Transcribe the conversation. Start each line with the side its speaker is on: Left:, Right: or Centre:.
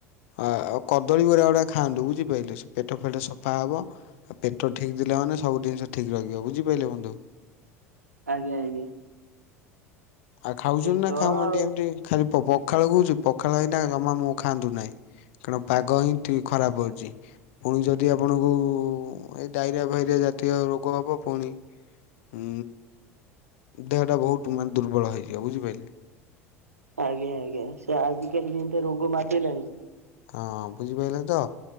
Left: ଆ ଆଉ କଦଳୀ ଗୁରା ଗୁଡା ଖାଆନ୍ତୁ ବୁଝିପାରିଲେ ସେ ପେଟ ଫେଟ ସଫା ହବ, ପେଟ ଠିକ ପିଲାମାନେ ସବୁ ଜିନିଷ ଠିକ୍ ରଖିବ, ବୁଝିପାରିଲେ ବନ୍ଧୁ।
Right: ଆଜ୍ଞା ଆଜ୍ଞା।
Left: ଆଉ ଖାଉଛନ୍ତି
Right: ପେଟ
Left: ନା
Right: ଆଉ
Left: ଖାଉନା ଟିକେ ଏମିତି ଖାଲି ପଖାଳ <unintelligible> ପଖାଳ ଲଗ ଜମା ଖାଆନ୍ତୁ ନାହିଁ, କାରଣ ପାଗ ହିଁ ଠିକ୍ ଖରାପ ଅଛି, ପୁଣି ଯଦି ଯଦି ଆପଣଙ୍କୁ ଏ ଡାଇରିଆ ଫାଇରିଆ ଜାତୀୟ ରୋଗ ହବ ପୁଣି ଉଁ ଦେହ ଟା ବୋହୁତ ମାନେ ଦୁର୍ବଳ ହେଇଯିବ ବୁଝିପାରିଲେ?
Right: ଆଜ୍ଞା ଆଜ୍ଞା, ସେ ଆଜିକାଲି ଯେମିତି ରୋଗ ମାତିଲାଣି
Left: ହଁ ବୁଝିପାରିଲେ ତ?